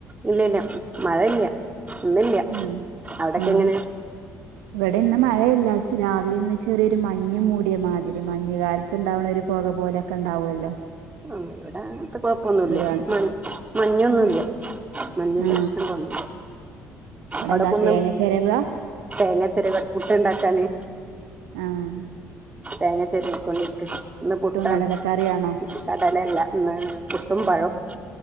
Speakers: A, on the right; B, on the right.
A: ഇല്ല ഇല്ല മഴല്ല ഇന്നില്ല
B: ആ
A: അവിടൊക്കെ
B: ആ
A: എങ്ങനെ
B: ഇവിടെ ഇന്ന് മഴയില്ല ചെ രാവിലെ ഇങ്ങനെ ചെറിയൊരു മഞ് മൂടിയ മാതിരി മഞ്ഞുകാല ത്ത്ണ്ടാവണെ ഒരു പൊക പോലെക്കെ ഇണ്ടാവുമല്ലോ
A: ഉം ഇവിടെ അങ്ങത്തെ കൊഴപ്പൊന്നുല്ല
B: കാണും
A: മ മഞ്ഞൊന്നുല്ല മഞ്ഞിന്റെ
B: ആ
A: പ്രശ്നങ്ങളൊന്നുല്ല
B: അവിടെ
A: അവിടെക്കൊന്ന്
B: എന്താ തേങ്ങ ചെരവ
A: തേങ്ങാ ചെരകൽ പുട്ട് ഇണ്ടാക്കാന്
B: ആഹ്
A: തേങ്ങാ ചെരകിക്കൊണ്ടിരിക്ക് ഇന്ന് പുട്ടാണ്.
B: കടലക്കറിയാണോ
A: കടലല്ല ഇന്ന് പുട്ടും പഴേം.